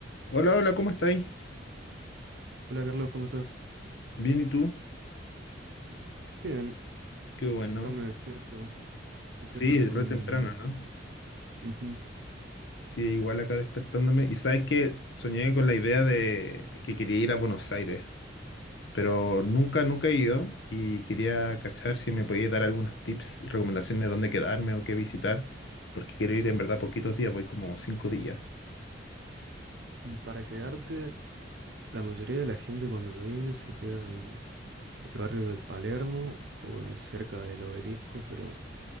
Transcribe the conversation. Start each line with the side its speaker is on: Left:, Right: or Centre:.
Left: Hola, hola, ¿cómo estáis?
Right: Hola Carlos, ¿cómo estás?
Left: Bien, ¿y tú?
Right: Bien,
Left: Qué bueno.
Right: acá me despierto. Me
Left: Sí,
Right: despierto hace
Left: re
Right: un...
Left: temprano, ¿no?
Right: ujú.
Left: Sí, igual acá despertándome. Y sabes que soñé con la idea de que quería ir a Buenos Aires, pero nunca, nunca he ido y quería cachar si me podías dar algunos tips, recomendaciones de dónde quedarme o qué visitar, porque quiero ir en verdad poquitos días, voy como cinco días.
Right: Y para quedarte, la mayoría de la gente cuando viene se queda en el barrio de Palermo o de cerca del obelisco, pero